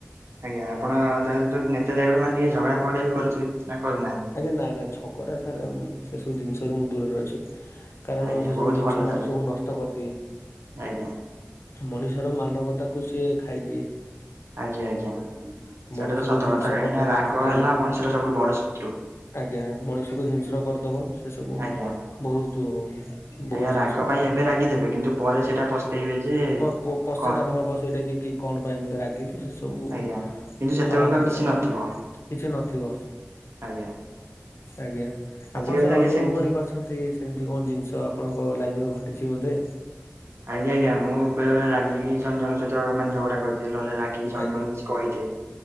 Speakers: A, on the right; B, on the left.
A: ଆଜ୍ଞା ଆପଣ ତାହେଲେ ନେତା ଦାଇବର ମାନେ ଟିକେ ଝଗଡା ଫଗଡା ବି କରୁଥୁବେ ନା କରୁନାହାନ୍ତି?
B: ଆଜ୍ଞା ନା ନା ଝଗଡା ସାର ଆଉ ସେ ସବୁ ଜିନିଷ ରୁ ମୁଁ ଦୂରରେ ଅଛି। କାରଣ
A: ଆଜ୍ଞା
B: ସେ
A: ବହୁତ
B: ସବୁ ଜିନିଷ
A: ଭଲ ତାହେଲେ
B: ମଣିଷକୁ ନଷ୍ଟ କରଦିଏ।
A: ଆଜ୍ଞା
B: ମଣିଷର ମାନବତାକୁ ସିଏ ଖାଇଦିଏ।
A: ଆଜ୍ଞା ଆଜ୍ଞା ସେଇଟା
B: ମଣିଷକୁ
A: ତ ସତ
B: ହିଂସ
A: କଥା। କାହିଁକି
B: କରିଦବ
A: ନା ରାଗ
B: ଆଜ୍ଞା
A: ହେଲା ମଣିଷର ସବୁଠୁ ବଡ ଶତ୍ରୁ।
B: ଆଜ୍ଞା ମଣିଷକୁ ହିଂସ୍ର କରଦବ। ସେ ସବୁ
A: ଆଜ୍ଞା।
B: ବହୁତ ଭୁଲ
A: ଆଜ୍ଞା
B: ଜିନଷ।
A: ରାଗ ପାଇଁ ଏବେ ରାଗିଦେବେ କିନ୍ତୁ ପରେ ସେଇଟା ପସ୍ତେଇବେ ଯେ
B: ପପୋ ପଶ୍ଚତାପ
A: କଣ
B: ଭାବ ସେଇଟା କି କି କଣ ପାଇଁ ଏମିତି ରାଗିଲି ସେ ସବୁ।
A: ଆଜ୍ଞା। କିନ୍ତୁ ସେତୋଳୁକୁ
B: ଖରାପ ଜିନିଷ
A: ଆଉ କିଛି
B: ଆଜ୍ଞା
A: ନଥିବ।
B: କିଛି ନଥିବ
A: ଆଜ୍ଞା
B: ଆଜ୍ଞା
A: ଆଜିକାଲି
B: ଆପଣ ସାର୍
A: ତ ଆଜ୍ଞା
B: ଅନୁଭବ
A: ସେମିତି
B: କରିପାରୁଛ ନ୍ତି। ସେମିତି କଣ ଜିନିଷ ଆପଣଙ୍କ ଲାଇଫ ଘଟିଛି ବୋଧେ।
A: ଆଜ୍ଞା ଆଜ୍ଞା ମୁଁ ବେଳେବେଳେ ରାଗିକି ଜଣ ଜଣେ ସଇତ ମାନେ ଝଗଡା କରଦିଏ। ନହେଲେ ରାଗ ଗିକି ଜଣ
B: ଆଜ୍ଞା
A: ଜଣଙ୍କୁ କିଛି କହିଦିଏ।